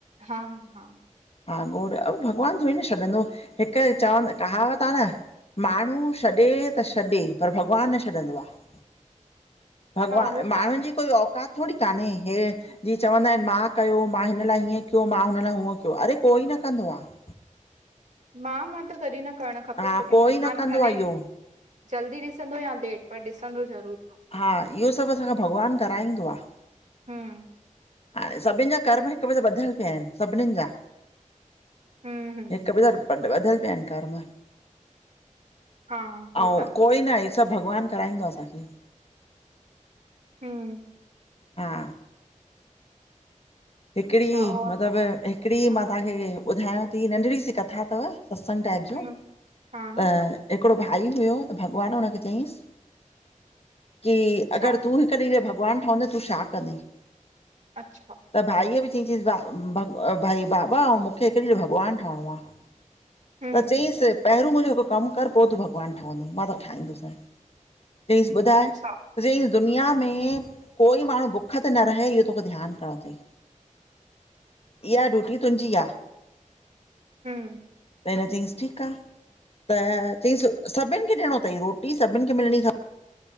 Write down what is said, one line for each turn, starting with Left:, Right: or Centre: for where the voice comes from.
Right: हा। हा।
Left: हा गोड़ भॻवानु थोई न छॾंदो हिकु चवंद कहावत आहे न। माण्हू छॾे त छॾे पर भॻवानु न छॾंदो आहे भॻवान
Right: हा उहो त
Left: माण्हुनि
Right: आहे
Left: जी कोई औकात थोरी कोान्हे हे जीअं चवंदा आहिनि मां कयो मां हिन लाइ हीअं कयो मां हुन लाइ हूअं कयो अड़े कोई न कंदो आहे
Right: मां मां त कडहिं न करणु खपे
Left: हा
Right: छोकी
Left: कोई
Right: भॻवानु
Left: न कंदो
Right: भले
Left: आ इहो
Right: जल्दी ॾिसंदो या लेट पर ॾिसंदो ज़रूर
Left: हा इहो सभु अंसाखा भॻवानु कराईंदो आहे
Right: हम्म
Left: हाणे सभिनि जा कर्म हिक ॿिए सां ॿधल पिया आहिन सभनिन जा
Right: हम्म हम्म
Left: हिकु ॿिए वट पर त वधल पिया आहिनिनकार मां
Right: हा हो
Left: आउं
Right: त आहे
Left: कोई न हे सभु भॻवानु कराईंदो असांखे
Right: हम
Left: हा हिकिड़ी
Right: अच्छा और
Left: मतिलबु हिकिड़ी
Right: हा
Left: मां तव्हांखे ॿुधायांव थी नंढड़ी सी कथा अथव सत्संग टाइप जूं
Right: हम्म हा
Left: त हिकिड़ो भाई हुयो त भॻवानु हुनखे चयईसि कि
Right: अच्छा
Left: अगरि तूं हिक डिह जो भॻवानु ठहंदे तूं छा कंदे
Right: अच्छा
Left: त भाईअ बि चईं चयसि भई बाबा मूंखे हिकु डिहु भॻवानु ठहिणो आहे
Right: हम्म
Left: त चयईंसि पहिरियों मुंहिंजो हिकु कमु कर पोइ तूं भॻवानु ठहंदे मां तोखे ठईंदोसाई चईसि ॿुधाए
Right: अच्छा
Left: सजी दुनिया में कोई माण्हू भुख ते न रहे इहो तोखे ध्यानु करिणो अथई इहा ड्यूटी तुंहिंजी आहे
Right: हम
Left: त हिन चयईसि ठीकु आहे त चयसि सभिनि खे ॾियणो अथई रोटी सभिनि खे मिलणी खप